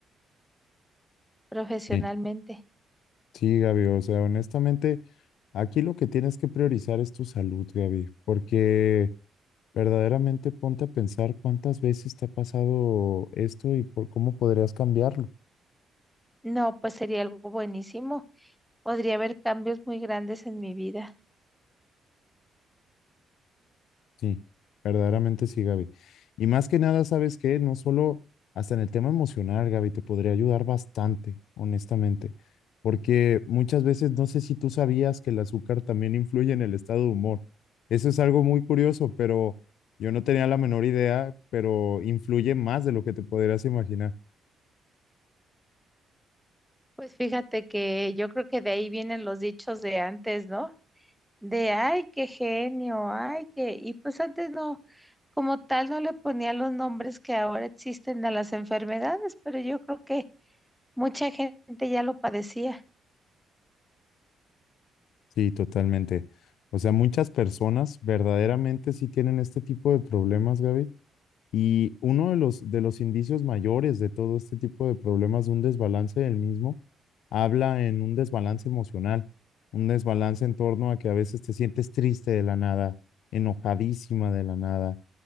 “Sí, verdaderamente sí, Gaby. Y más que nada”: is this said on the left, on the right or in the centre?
Left